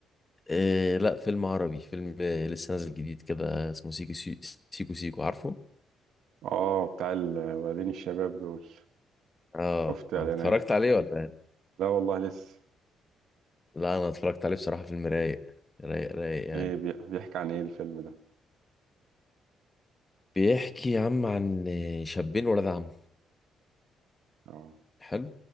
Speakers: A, on the left; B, on the right.
A: إيه لا فيلم عربي فيلم آه، لسه نازل جديد كده اسمه سيكو سي- سيكو سيكو عارفه
B: اه بتاع الولدين الشباب دول
A: اه
B: شفت اعلاناته
A: اتفرجت عليه ولا إيه؟
B: لا والله لسه
A: لا انا اتفرجت عليه بصراحة فيلم رايق رايق رايق يعني
B: ايه بي- بيحكي عن ايه الفيلم ده
A: بيحكي يا عم عن آه، شابين ولاد عم
B: اه
A: حلو